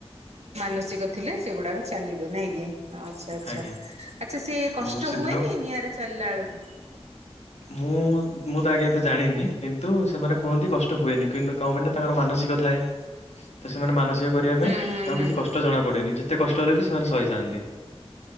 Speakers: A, on the right (about 80°); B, on the left (about 85°).
A: ମାନସିକ ଥିଲେ ସେଗୁଡାକ ଚାଲିବେ ନାଇଁ କି? ଆଚ୍ଛା ଆଚ୍ଛା।
B: ଆଜ୍ଞା।
A: ଆଚ୍ଛା ସିଏ କଷ୍ଟ
B: ଆଉ ସେଦିନ
A: ହୁଏନି ନିଆଁରେ ଚାଲିଲା ବେଳକୁ?
B: ମୁଁ ମୁଁ ତ ଆଜ୍ଞା ଏତେ ଜାଣିନି କିନ୍ତୁ ସେମାନେ କୁହନ୍ତି କଷ୍ଟ ଟ ହୁଏନି କିନ୍ତୁ କଣ ନା ତାଙ୍କର ମାନସିକ କ ଥାଏ, ତ ସେମାନେ ମାନସିକ କରିବା ପାଇଁ
A: ହୁଁ
B: ତାଙ୍କୁ
A: ହୁଁ ହୁଁ।
B: କିଛି କଷ୍ଟ ଜଣା ପଡେନି। ଯେ ଏତେ କଷ୍ଟ ହେଲେ ବି ସେମାନେ ସହିଯାଆନ୍ତି।